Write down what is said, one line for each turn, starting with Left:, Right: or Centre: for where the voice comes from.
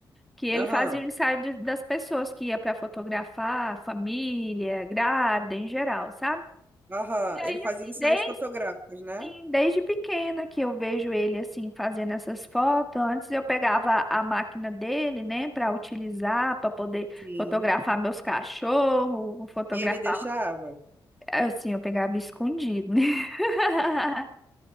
Centre: que ele
Right: Aham,
Centre: fazia o ensaio de- das pessoas que ia para fotografar, família, grávida, em geral, sabe?
Right: aham.
Centre: E aí,
Right: Ele fazia
Centre: assim,
Right: ensaios
Centre: desde,
Right: fotográficos, né?
Centre: sim, desde pequena que eu vejo ele, assim, fazendo essas fotos. Antes eu pegava a máquina dele, né, para utilizar, para poder
Right: Sim.
Centre: fotografar meus cachorros, fotografar.
Right: E ele deixava?
Centre: Assim, eu pegava escondido, né? <laughs>